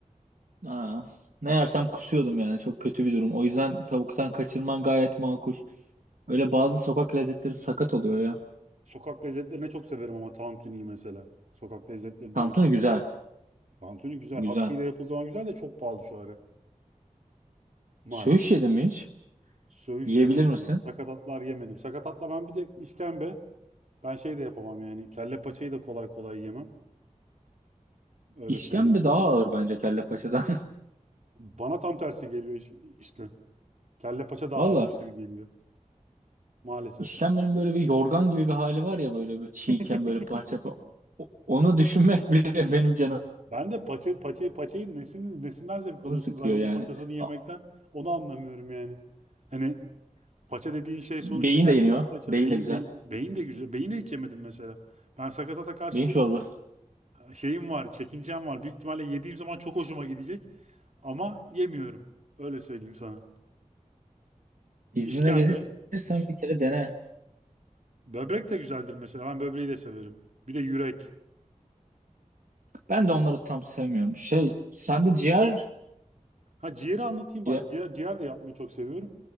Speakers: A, on the right; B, on the right.
A: aa, ne yersem kusuyordum yani. Çok kötü bir durum. O yüzden tavuktan kaçınman gayet makul. Öyle bazı sokak lezzetleri sakat oluyor ya.
B: Sokak lezzetlerini çok severim ama tantuniyi mesela. Sokak lezzetleri
A: Tantuni
B: demişken.
A: güzel.
B: Tantuni güzel.
A: Güzel.
B: Hakkıyla yapıldığı zaman güzel de çok pahalı şu ara. Maalesef.
A: Söğüş yedin mi hiç?
B: Söğüş
A: Yiyebilir
B: yemedim
A: misin?
B: ya. Sakatatlar yemedim. Sakatatla ben bir tek işkembe. Ben şey de yapamam yani. Kelle paçayı da kolay kolay yemem. Öyle
A: İşkembe
B: söyleyeyim sana.
A: daha ağır bence kelle paçadan. <laughs>
B: Bana tam tersi geliyor iş- işte. Kelle paça daha
A: Valla
B: ağırmış gibi geliyor. Maalesef.
A: işkembenin böyle bir yorgan gibi bir hali var ya böyle bir çiğken
B: <laughs>
A: böyle parça. parça. O- Onu düşünmek bile <laughs> benim canım
B: Ben de paça, paça, paçayı nesin nesinden zevk alıyorsunuz
A: canımı sıkıyor
B: hayvanın
A: yani.
B: paçasını yemekten?
A: A-
B: Onu anlamıyorum yani. Hani Paça dediğin şey
A: Beyin
B: sonuçta gerçekten
A: de yeniyor.
B: paça.
A: Beyin
B: Beyin,
A: de güzel.
B: beyin, beyin de güzel. Beyin de hiç yemedim mesela. Ben sakatata karşı
A: Beyin
B: bir
A: çorba.
B: şeyim var, çekincem var. Büyük ihtimalle yediğim zaman çok hoşuma gidecek. Ama yemiyorum. Öyle söyleyeyim sana.
A: İzmir'e
B: İşkembe.
A: gelirsen
B: c-
A: bir kere dene.
B: Böbrek de güzeldir mesela. Ben böbreği de severim. Bir de yürek.
A: Ben de onları tam sevmiyorum. Şey, sende ciğer,
B: Ha ciğeri anlatayım
A: ciğer,
B: bak. Ciğer, ciğer de yapmayı çok seviyorum.